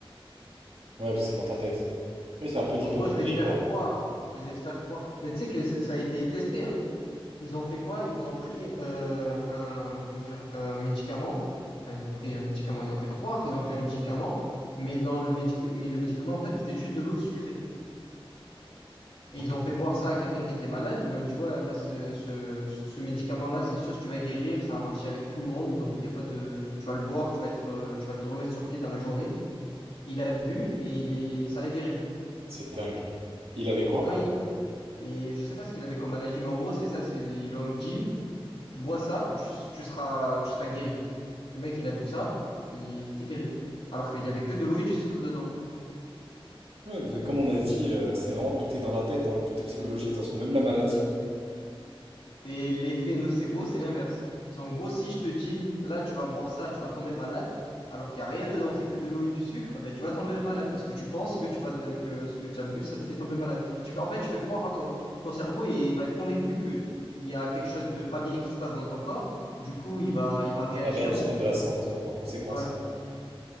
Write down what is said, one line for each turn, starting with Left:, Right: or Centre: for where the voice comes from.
Right: parce que c'est dans ta tête. Oui, c'est un peu de
Left: En
Right: l'hypocondrie,
Left: gros, je vais te faire
Right: quoi.
Left: croire. Je vais te faire croire. Mais tu sais que ça, ça a été testé, hein. Ils ont fait quoi? Ils ont pris euh, un, comment dire, un médicament. Enfin, ils ont pris un médicament. Ils ont fait croire qu'ils ont pris un médicament, mais dans le médic- mais le médicament, en fait, c'était juste de l'eau sucrée. Et
Right: Ok.
Left: ils ont fait boire ça à quelqu'un qui était malade. Ils lui ont dit, ouais, là, ce, ce, ce ce médicament-là, c'est sûr, tu vas guérir. Ça a marché avec tout le monde. Donc, il y a pas de, tu vas le boire, tu vas être, euh, tu vas te remettre sur pied dans la journée. Il a bu et il est, ça l'a guéri.
Right: C'est dingue. Et il avait quoi?
Left: Et quand il, et je sais pas ce qu'il avait comme maladie, mais en gros, c'est ça. c'est- Ils lui ont dit, tu bois ça, tu, tu seras, tu seras guéri. Le mec, il a bu ça, il était guéri. Alors qu'il y avait que de l'eau et du sucre dedans.
Right: Ouais, bah, comme on a dit, euh, c'est vraiment tout est dans la tête, hein, tout est psychologique, de toute façon, même la maladie
Left: Et l'effet nocebo, c'est l'inverse. C'est en gros, si je te dis, là, tu vas boire ça, tu vas tomber malade, alors qu'il n'y a rien dedans, c'est que de l'eau et du sucre, ben, tu vas tomber malade parce que tu penses que, tu vas de- que ce que tu as bu, ça te fait tomber malade. Tu, fais- en fait, tu fais croire à ton, ton cerveau et il va être convaincu qu'il y a quelque chose de pas bien qui se passe dans ton corps. Du coup, il va, il va réagir
Right: va réagir
Left: en fonction.
Right: de la sorte, ouais, en conséquence.
Left: Ouais,